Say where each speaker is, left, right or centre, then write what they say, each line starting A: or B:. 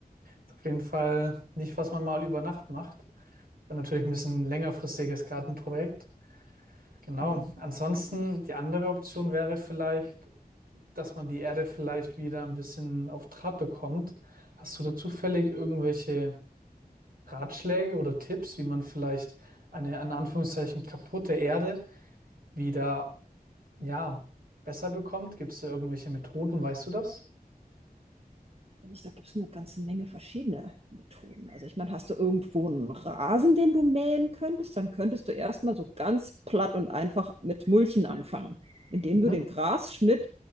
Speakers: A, on the right; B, on the right.
A: Ist auf jeden Fall nicht, was man mal über Nacht macht. Wäre natürlich ein bisschen längerfristiges Gartenprojekt. Genau.
B: Ja.
A: Ansonsten, die andere Option wäre vielleicht, dass man die Erde vielleicht wieder ein bisschen auf Trab bekommt. Hast du da zufällig irgendwelche Ratschläge oder Tipps, wie man vielleicht eine, in Anführungszeichen, kaputte Erde wieder, ja, besser bekommt? Gibt es da irgendwelche Methoden? Weißt du das?
B: Da gibt es eine ganze Menge verschiedene Methoden. Also ich meine, hast du irgendwo einen Rasen, den du mähen könntest, dann könntest du erstmal so ganz platt und einfach mit Mulchen anfangen, indem du
A: Mhm.
B: den Grasschnitt